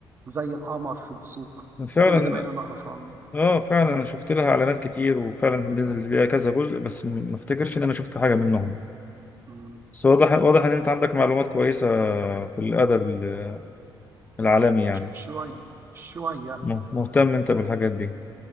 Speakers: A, on the right; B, on the left.
A: زي القمر في السوق
B: أمم. فعلا
A: وكلنا بقينا نعرف عنه
B: اه فعلا انا شفت لها اعلانات كتير وفعلا نزل ليها كذا جزء بس م- ما افتكرش ان انا شفت حاجه منهم
A: مم.
B: بس واضح واضح ان انت عندك معلومات كويسه في الادب ال- العالمي يعني
A: شوية شوية
B: مه- مهتم انت بالحاجات دي